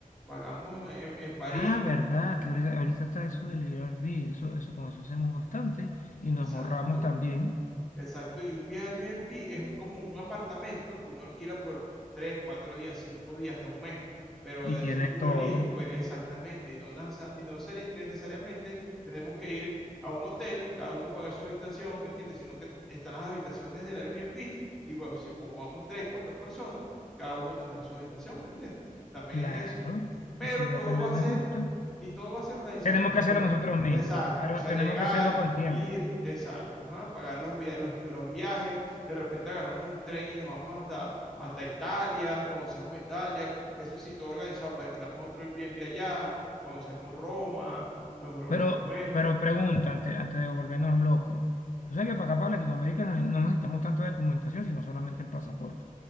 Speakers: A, in the centre; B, on the left.
A: pagamos en, en París,
B: Ah, verdad, que ahorita, ahorita está eso del Airbnb, eso, eso con eso hacemos bastante y nos
A: exacto,
B: ahorramos también.
A: Exacto, y un viaje Airbnb es un, como un apartamento que uno alquila por tres, cuatro días, cinco días, hasta un mes, pero
B: Y
A: de
B: tiene
A: eso tú
B: todo.
A: lo eliges, pues exactamente, y no, nasa- y no serie- necesariamente tenemos que ir a un hotel, cada uno paga su habitación, ¿me entiendes? Sino que están las habitaciones del Airbnb y bueno, si como vamos tres, cuatro personas, cada uno tendrá su habitación, ¿me entiendes? También
B: Claro,
A: es eso. Pero
B: esa idea
A: todo
B: también
A: va a ser,
B: me gusta.
A: y todo va a ser organizado
B: Tenemos
A: por nosotros,
B: que hacerlo nosotros
A: pues.
B: mismos,
A: Exacto,
B: pero
A: o sea,
B: tenemos
A: llegar
B: que hacerlo con tiempo.
A: ir, exacto, ajá, pagar los, via- los, los viajes, de repente agarramos un tren y nos vamos hasta, hasta Italia, conocemos Italia, co- eso sí, todo organizado, pues alquilamos otro Airbnb allá, conocemos Roma, los, los
B: Pero,
A: monumentos.
B: pero pregunta, antes, antes de volvernos locos. Tú sabes que para acá, para Latinoamérica, no, no necesitamos tanta documentación, sino solamente el pasaporte.